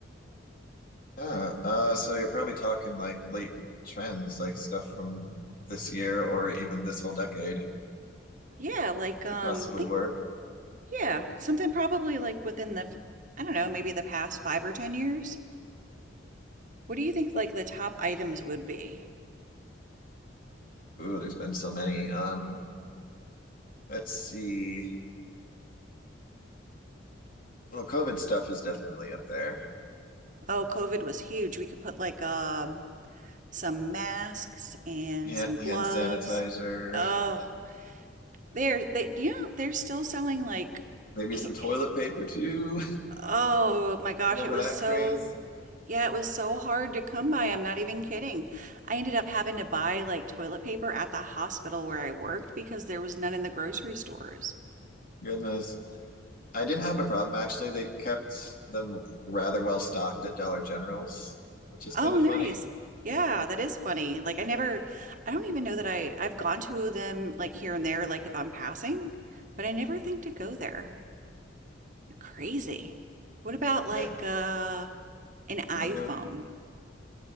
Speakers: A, on the left; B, on the right.
A: Yeah, uh, so you're probably talking like late trends, like stuff from this year or even this whole decade
B: Yeah, like um
A: could possibly
B: think
A: work.
B: yeah, something probably like within the I don't know, maybe the past 5 or 10 years. What do you think like the top items would be?
A: Ooh, there's been so many. Um, let's see. Well, COVID stuff is definitely up there.
B: Oh, COVID was huge. We could put like um some masks and
A: Hand,
B: some gloves.
A: hand sanitizer,
B: Oh, they're they you know they're still selling like
A: maybe some
B: <laughs>
A: toilet paper too. <laughs>
B: oh my gosh,
A: You remember
B: it was
A: that
B: so
A: craze?
B: yeah, it was so hard to come by. I'm not even kidding. I ended up having to buy like toilet paper at the hospital where I worked because there was none in the grocery stores.
A: Goodness. I didn't have a problem actually. They kept them rather well stocked at Dollar General's, which is kind
B: Oh,
A: of
B: nice.
A: funny.
B: Yeah, that is funny. Like I never I don't even know that I I've gone to them like here and there like if I'm passing, but I never think to go there. You're crazy. What about like
A: Yeah,
B: uh an iPhone?
A: yeah, they're-